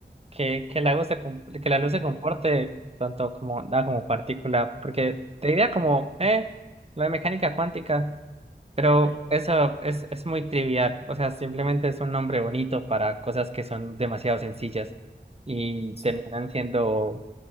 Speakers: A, on the right; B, on the left.
A: que, que la luz se, com- que la luz se
B: De-
A: comporte tanto como da como partícula, porque te diría como, eh, lo de mecánica cuántica, pero
B: sí.
A: eso es, es muy trivial, o sea, simplemente es un nombre bonito para cosas que son demasiado sencillas y
B: Sí,
A: terminan siendo